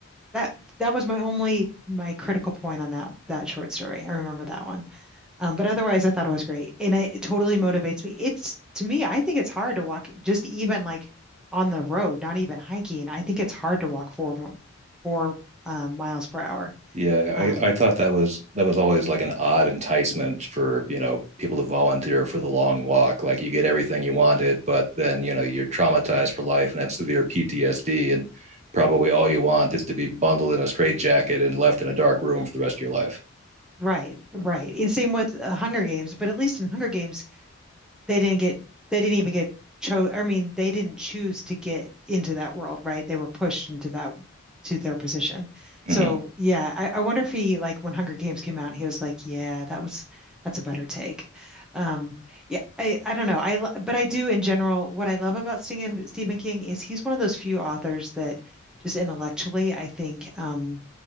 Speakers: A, in the centre; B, on the right.
A: that. That was my only my critical point on that that short story. I remember that one, um, but otherwise, I thought it was great, and it, it totally motivates me. It's to me, I think it's hard to walk just even like on the road, not even hiking. I think it's hard to walk four mo- four um, miles per hour.
B: Yeah,
A: Um,
B: I, I thought that was that was always like an odd enticement for you know people to volunteer for the long walk. Like you get everything you wanted, but then you know you're traumatized for life and have severe PTSD, and probably all you want is to be bundled in a straitjacket and left in a dark room for the rest of your life.
A: right, right. And same with uh, Hunger Games, but at least in Hunger Games they didn't get they didn't even get chose I mean they didn't choose to get into that world, right? They were pushed into that to their position. So
B: Mm-hmm.
A: yeah, I, I wonder if he like when Hunger Games came out, he was like, yeah, that was that's a better take. Um, yeah, I I don't know. I lo- but I do in general. What I love about Sting- Stephen King is he's one of those few authors that just intellectually, I think um,